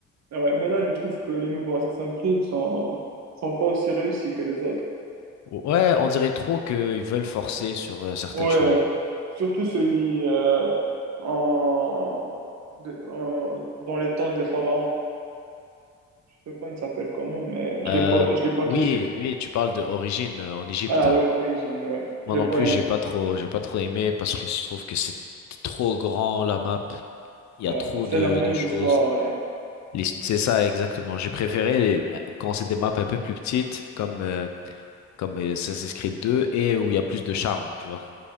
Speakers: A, on the right (about 65°); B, on the left (about 65°).
A: ouais, mais là, je trouve que les nouveaux Assassin's Creed sont, sont pas aussi réussis que les autres.
B: Ouais, on dirait trop qu'ils veulent forcer
A: Ouais.
B: sur euh, certaines
A: Ouais,
B: choses.
A: surtout celui euh, en, de- en- dans les temps des pharaons. Je sais pas, il s'appelle comment, mais je
B: Euh,
A: l'ai pas, je l'ai pas kiffé.
B: oui, oui, tu parles de d'origine en Égypte.
A: Ah ouais, Origine, ouais,
B: Moi
A: je l'ai
B: non
A: pas
B: plus,
A: aimé.
B: j'ai pas trop, j'ai pas trop aimé parce que je trouve que c'est trop grand la map. Il
A: Ouais,
B: y a trop
A: c'est
B: de,
A: la même
B: de choses.
A: histoire. Ouais.
B: Les- C'est ça exactement. J'ai préféré euh, quand c'est des maps un peu plus petites, comme euh, comme euh, Assassin's Creed 2 et où il y a plus de charme, tu vois.